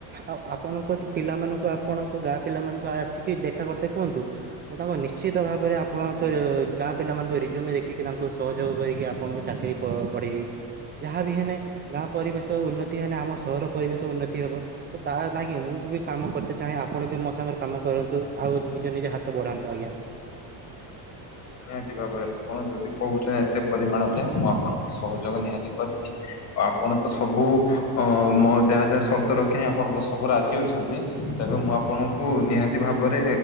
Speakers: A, on the right; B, on the left.
A: ଆଉ ଆପଣଙ୍କ ପିଲାମାନଙ୍କୁ ଆପଣଙ୍କ ଗାଁ ପିଲାମାନଙ୍କୁ ଆସିକି ଦେଖା କରିତେ କୁହନ୍ତୁ। ମୁଁ ତାଙ୍କୁ ନିଶ୍ଚିତ ଭାବରେ ଆପଣଙ୍କ ଗାଁ ପିଲାମାନଙ୍କ ରିଜୁମ୍ ଦେଖିକି ତାଙ୍କୁ ସହଯୋଗ କରିକି ଆପଣଙ୍କୁ ଚାକିରି ବଢେ଼ଇବି ଯାହା ବି ହେନେ ଗାଁ ପରିବେଶ ଉନ୍ନତି ହେଲେ ଆମ ସହର ପରିବେଶ ଉନ୍ନତି ହେବ। ତ ତା ନାଗି ମୁଁ ବି କାମ କରତେ ଚାହେଁ ଆପଣ ବି ମୋ ସାଙ୍ଗରେ କାମ କରନ୍ତୁ, ଆଉ ନିଜ ନିଜ ହାତ ବଢ଼ାନ୍ତୁ ଆଜ୍ଞା।
B: ନିହାତି ଭାବରେ ଆପଣ ଯଦି କହୁଛନ୍ତି ଏତେ ପରିମାଣରେ, ମୁଁ ଆପଣଙ୍କ ସହଯୋଗ ନିହାତି କରି ଆପଣ ତ ସବୁ ଅ-ମ ଯାହା ଯାହା ସର୍ତ୍ତ ର ଆପଣ ତ ସବୁ ରାଜି ଅଛନ୍ତି, ତେବେ ମୁଁ ଆପଣଙ୍କୁ ନିହାତି ଭାବରେ